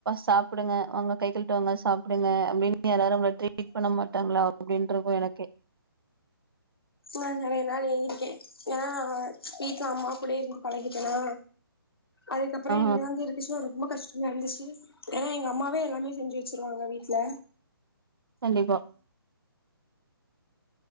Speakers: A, on the right (about 65°); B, on the left (about 75°).
A: சாப்டுங்க அவங்க கை கல்விட்டு வாங்க சாப்டுங்க அப்டின்னு யாரும் நம்மள ட்ரீட் பண்ண மாட்டாங்களா அப்டிண்டு இருக்கு எனக்கே
B: நா நிறைய நாள் ஏங்கிருக்க ஏனா வீட்ல அம்மா கூடயே இருந்து பழகிட்டனா அதுக்கப்புறோ
A: ஆ
B: இங்க வந்து இருக்கச்சுல ரொம்ப கஷ்டோ நந்துச்சு ஏனா எங்க அம்மாவே எல்லாமே செஞ்சு வச்சிருவாங்க வீட்ல
A: கண்டிப்பா